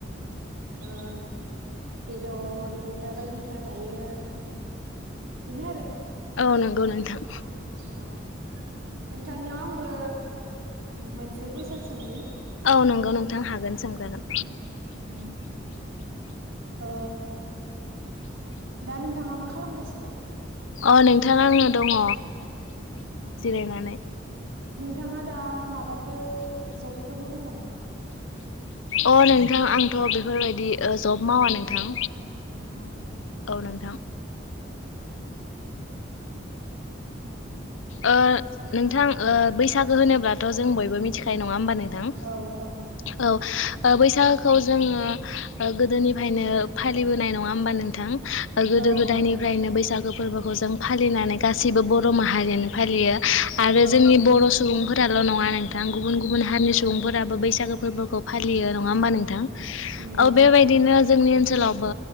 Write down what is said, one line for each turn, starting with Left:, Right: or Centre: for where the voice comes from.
Right: ओ बेदर बिदिनो बायदिसिना जायो बिनो आरो
Left: औ नंगौ नोंथां
Right: <inaudible> औ नोंथांनियाव आंबो मोनसे कुइसन सोंनि
Left: औ नंगौ नोंथां हागोन सोंजागोन
Right: उम <inaudible> उम औ दा नोंथाङा मा खालामगासिनो?
Left: अ नोंथा आङो दङ
Right: अ
Left: जिरायनानै
Right: नोंथाङा दा माबाफोर जब फोर मावो नामा?
Left: अ नोंथां आंथ' बेफोरबायदि ओ जब मावा नोंथां।
Right: अ
Left: औ नोंथां ओ नोंथां ओ बैसागो होनोब्लाथ' जों बयबो मिथिखानाय नङा होनोमबा नों थां
Right: औ
Left: <inaudible> औ ओ बैसागोखौ जोङो ओ गोदोनिफ्रायनो फालिबोनाय नङा होमबा नोंथां? ओ गोदो
Right: औ
Left: गोदायनिफ्रायनो
Right: औ
Left: बैसागो फोरबोखौ जों फालिनानै गासैबो बर' माहारियानो फालियो आरो
Right: औ
Left: जोंनि बर' सुबुंफोराल' नङा नोंथां गुबुन गुबुन हारिनि
Right: औ
Left: सुबुंफोराबो बैसागो फोरबोखौ फालियो नङा होमबा नोंथां औ
Right: नंगौ
Left: बेबायदिनो जोंनि ओनसोलावबो